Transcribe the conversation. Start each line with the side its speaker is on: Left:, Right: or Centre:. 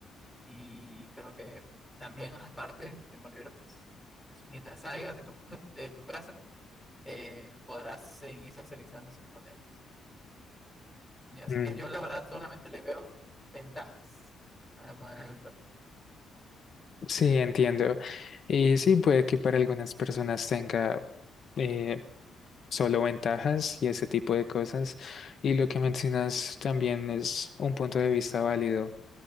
Centre: Y creo que también aparte en tu tiempo libre, pues, mientras salgas de tu, de tu casa, eh, podrás seguir socializando sin problemas. Y así
Left: Mm,
Centre: que yo la verdad solamente le veo ventajas a la manera virtual.
Left: sí, entiendo. Y sí, puede que para algunas personas tenga... eh, solo ventajas y ese tipo de cosas. Y lo que mencionas también es un punto de vista válido,